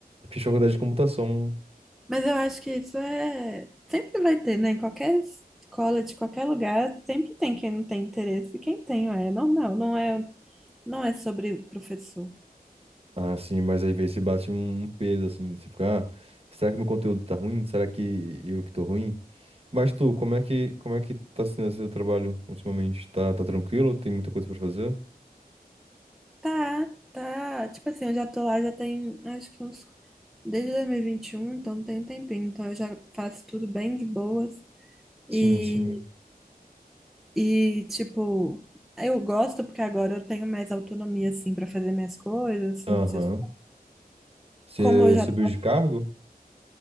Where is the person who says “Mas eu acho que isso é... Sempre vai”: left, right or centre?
Centre